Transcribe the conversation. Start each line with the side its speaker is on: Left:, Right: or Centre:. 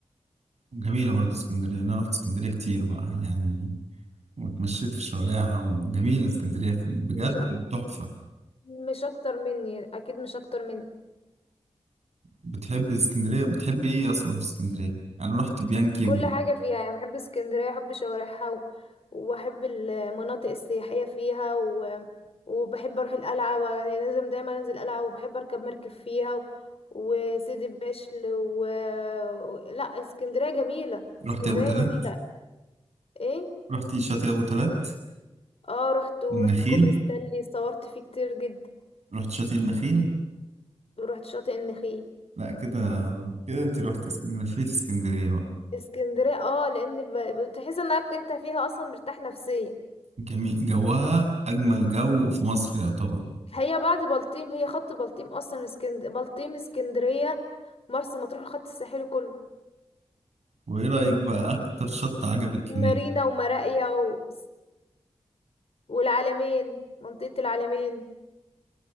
Right: جميلة برضو اسكندرية أنا رحت اسكندرية كتير بقى يعني واتمشيت في شوارعها وجميلة اسكندرية في- بجد
Left: مش أك...
Right: تحفة
Left: مش أكتر مني أكيد مش أكتر مني
Right: بتحب اسكندرية بتحب ايه اصلا في اسكندرية يعني رحت بيانكي
Left: كل حاجة فيها يعني بحب اسكندرية بحب شوارعها و... وبحب المناطق السياحية فيها و... وبحب اروح القلعة يعني لازم دايما انزل القلعة وبحب اركب مركب فيها و... وسيدي بشر و... لا اسكندرية جميلة
Right: ورحت
Left: اسكندرية
Right: ابو تلات
Left: جميلة ايه
Right: رحت شاطئ ابو تلات
Left: اه رحت ورحت
Right: والنخيل
Left: كوبري ستانلي صورت فيه كتير جدا
Right: رحت شاطئ النخيل
Left: ورحت شاطئ النخيل
Right: لا كده كده انت رحت اسكندرية لفيت اسكندرية بقى
Left: اسكندرية اه لان ب... بتحس انك انت فيها اصلا مرتاح نفسيا
Right: جميل جوها اجمل جو في مصر يعتبر
Left: هي بعد بلطيم هي خط بلطيم اصلا اسكند... بلطيم اسكندرية مرسى مطروح الخط الساحلي كله
Right: وايه رأيك بقى اكتر شط عجبك
Left: مارينا
Right: هناك
Left: ومراقيا و... والعلمين منطقة العلمين